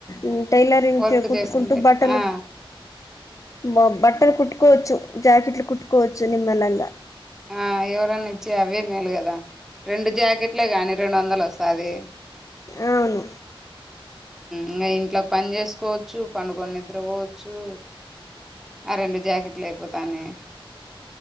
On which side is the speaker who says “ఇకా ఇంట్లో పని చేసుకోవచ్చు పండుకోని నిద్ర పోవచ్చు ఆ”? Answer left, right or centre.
Centre